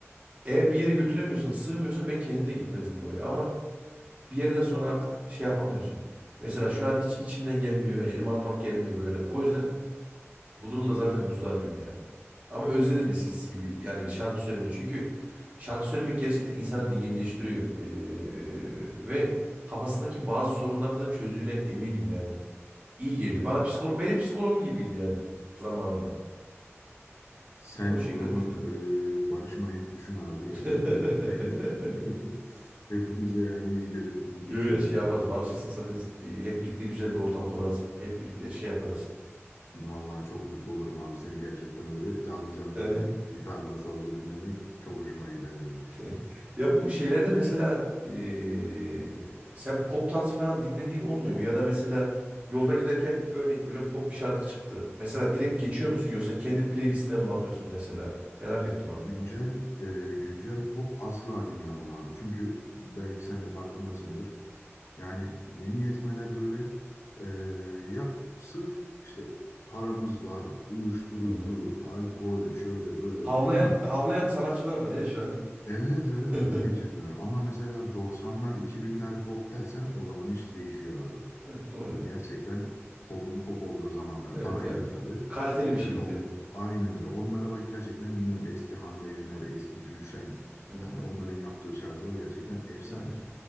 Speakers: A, on the right; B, on the left.
A: Eğer bir yere götüremiyorsam sığmıyorsa ben kendim de gitmezdim oraya. Ama bir yerden sonra artık şey yapamıyorsun. Mesela şu an hiç içimden gelmiyor. Elim almak gelmiyor böyle. O yüzden bu durumda zaten muzdaribim ya. Ama özledim eskisi gibi yani şarkı söylemeyi. Çünkü şarkı söylemek gerçekten insanı dinginleştiriyor. Ee, ve kafasındaki bazı sorunlarını da çözdüğüne eminim yani. İyi geliyor. Bana psikolo benim psikoloğum gibiydi yani zamanında.
B: Sen
A: Ben o şekilde
B: o zaman
A: düşünüyorum.
B: e, barışmayı bir düşün abi.
A: <laughs>
B: Gerçekten <laughs> hepimize yani iyi gelir gibi
A: Yo
B: düşünüyorum
A: yo şey yaparız.
B: valla.
A: Barışırsak zaten e, hep birlikte güzel bir ortam kurarız. Hep birlikte şey yaparız.
B: Vallahi çok mutlu olurum abi. Seni gerçekten böyle canlı canlı
A: <laughs>
B: bir gitarla sazla dinlemek çok hoşuma gider yani.
A: <laughs> Ya bu şeylerde mesela eee, sen pop tarzı falan dinlediğin olmuyor mu? Ya da mesela yolda giderken örnek veriyorum pop bir şarkı çıktı. Mesela direkt geçiyor musun yoksa kendi playlistine mi bakıyorsun mesela? Merak ettim
B: Güncel
A: onu.
B: e, güncel pop asla dinlemem abi. Çünkü belki sen de farkındasındır. Yani yeni yetmeler böyle e, ya sırf işte paramız var, uyuşturucu,
A: Hı hı.
B: alkol, şöyle böyle
A: Havlayan
B: bunlar.
A: havlayan sanatçılar var ya şu an.
B: Evet evet
A: <laughs>
B: evet gerçekten öyle. Ama mesela 90'lar 2000'ler pop dersen o zaman iş değişiyor abi.
A: Evet doğru
B: Yani
A: ya.
B: gerçekten popun pop olduğu zamanlar
A: Evet
B: bana göre
A: yani
B: tabii.
A: kaliteli bir
B: E,
A: şekilde.
B: o- aynen öyle. Onlara bak gerçekten dinlerim. Eski Hande Yener, eski Gülşen.
A: Hı hı.
B: Yani onların yaptığı şarkılar gerçekten efsane.
A: Evet.